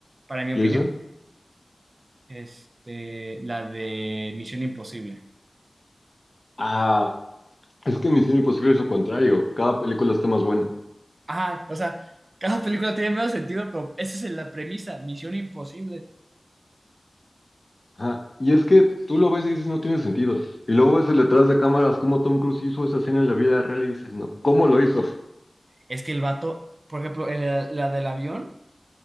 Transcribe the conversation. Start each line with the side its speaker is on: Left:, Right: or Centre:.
Right: para mi
Left: ¿Y
Right: opinión?
Left: Jason?
Right: Este, la de Misión Imposible.
Left: Ah, es que Misión Imposible es lo contrario. Cada película está más buena.
Right: Ajá, o sea, cada película tiene menos sentido, pero esa es la premisa, Misión Imposible.
Left: Ajá. Y es que tú lo ves y dices, no tiene sentido. Y luego ves el detrás de cámaras cómo Tom Cruise hizo esa escena en la vida real y dices, no, ¿cómo lo hizo?
Right: Es que el vato, por ejemplo, el- la del avión,